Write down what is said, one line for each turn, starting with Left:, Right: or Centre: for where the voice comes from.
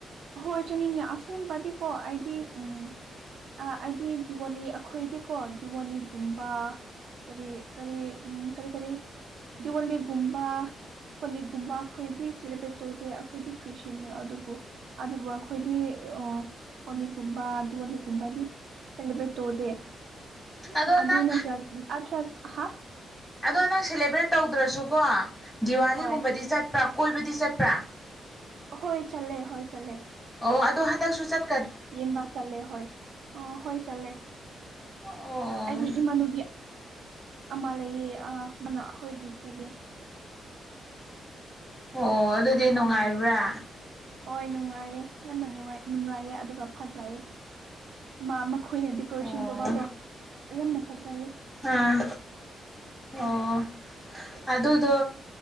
Right: ꯍꯣꯏ ꯆꯅꯤꯅꯤ ꯑꯁꯦꯡꯕꯗꯤꯀꯣ ꯑꯩꯗꯤ ꯎꯝ ꯑꯩꯗꯤ ꯗꯤꯋꯥꯂꯤ ꯈꯣꯏꯗꯤꯦꯀꯣ ꯗꯤꯋꯥꯂꯤꯒꯨꯝꯕ ꯀꯔꯤ ꯀꯔꯤ ꯎꯝ ꯀꯔꯤ ꯀꯔꯤ ꯋꯥꯂꯤ ꯒꯨꯝꯕ ꯍꯣꯂꯤꯒꯨꯝꯕ ꯑꯩꯈꯣꯏꯗꯤ ꯁꯦꯂꯦꯕ꯭ꯔꯦꯠ ꯇꯧꯗꯦ ꯑꯩꯈꯣꯏꯗꯤ ꯈ꯭ꯔꯤꯁꯇꯟꯅꯅꯤ ꯑꯗꯨꯕꯨ ꯑꯗꯨꯕꯨ ꯑꯩꯈꯣꯏꯗꯤ ꯑ ꯍꯣꯂꯤꯛꯒꯨꯝꯕ ꯗꯤꯋꯥꯣꯂꯤꯒꯨꯝꯕꯗꯤ ꯁꯦꯕ꯭ꯔꯦꯠ ꯇꯣꯗꯦ
Centre: ꯑꯗꯣ
Right: ꯑꯗꯨ
Centre: ꯅꯪ
Right: ꯅꯠꯇ꯭ꯔ ꯑꯠꯇ꯭ꯔ ꯍꯥ
Centre: ꯑꯗꯣ ꯅꯪ ꯁꯦꯂꯦꯕ꯭ꯔꯦꯠ ꯇꯧꯗ꯭ꯔꯁꯨꯀꯣ ꯗꯤꯋꯥꯂꯤꯒꯨꯝꯕꯗꯤ
Right: ꯍꯣꯏ
Centre: ꯆꯠꯄ꯭ꯔꯥ ꯀꯣꯏꯕꯗꯤ ꯆꯠꯄ꯭ꯔꯥ
Right: ꯍꯣꯏ ꯆꯂꯦ ꯍꯣꯏ ꯆꯠꯂꯦ
Centre: ꯑꯣ ꯑꯗꯣ ꯍꯟꯗꯛꯁꯨ ꯆꯠ
Right: ꯏꯦꯝꯕꯥ ꯆꯦ ꯍꯣꯏ ꯑ ꯍꯣꯏ ꯆꯠꯂꯦ
Centre: ꯑꯣ
Right: ꯑꯩꯒꯤ ꯏꯃꯅꯨꯕꯤ ꯑꯃ ꯂꯩꯌꯦ ꯑ ꯃꯅ ꯑꯩꯈꯣꯏꯒꯤ ꯄꯨꯌꯦꯦ
Centre: ꯑꯣ ꯑꯗꯨꯗꯤ ꯅꯨꯡꯉꯥꯏꯕ꯭ꯔꯥ
Right: ꯍꯣꯏ ꯅꯨꯡꯉꯥꯏꯌꯦ ꯌꯥꯝꯅ ꯅꯨꯡꯉꯥꯏ ꯅꯨꯡꯉꯥꯏꯌꯦ ꯑꯗꯨꯒ ꯐꯖꯂꯌꯦꯦ ꯃꯥ ꯃꯈꯣꯏꯅ ꯗꯦꯀꯣꯔꯦꯁꯟ
Centre: ꯑꯣ
Right: ꯇꯧꯕꯗꯣ ꯌꯥꯝꯅ ꯐꯖꯩꯌꯦ
Centre: ꯑꯥ ꯑꯣ ꯑꯗꯨꯗꯣ